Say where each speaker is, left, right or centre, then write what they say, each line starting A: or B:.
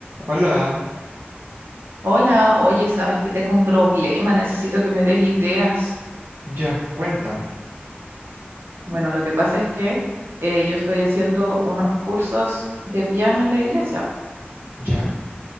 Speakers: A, on the right; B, on the right.
A: Hola,
B: Hola, oye, sabes que tengo un problema, necesito que me des ideas.
A: ya, cuéntame,
B: Bueno, lo que pasa es que eh, yo estoy haciendo unos cursos de piano en la iglesia po,
A: ¿ya?